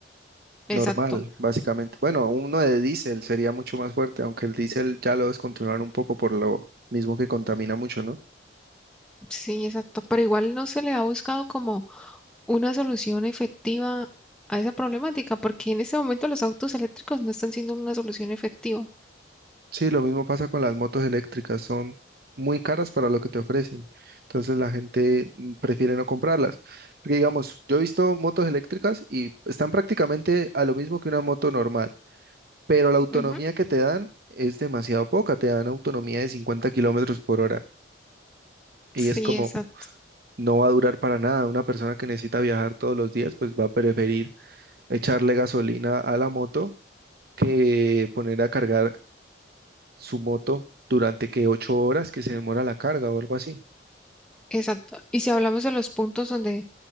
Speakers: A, in the centre; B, on the right (about 50°).
A: Exacto,
B: normal, básicamente. Bueno, uno de diésel sería mucho más fuerte, aunque el diésel ya lo descontinuaron un poco por lo mismo que contamina mucho, ¿no?
A: sí, exacto, pero igual no se le ha buscado como una solución efectiva a esa problemática, porque en este momento los autos eléctricos no están siendo una solución efectiva.
B: Sí, lo mismo pasa con las motos eléctricas, son muy caras para lo que te ofrecen, entonces la gente mm, prefiere no comprarlas. Porque digamos, yo he visto motos eléctricas y están prácticamente a lo mismo que una moto normal, pero la autonomía
A: Ujú,
B: que te dan es demasiado poca, te dan autonomía de 50 kilómetros por hora y
A: Sí,
B: es como
A: exacto,
B: no va a durar para nada. Una persona que necesita viajar todos los días, pues va a preferir echarle gasolina a la moto que poner a cargar su moto durante que ocho horas que se demora la carga o algo así.
A: exacto. Y si hablamos de los puntos donde,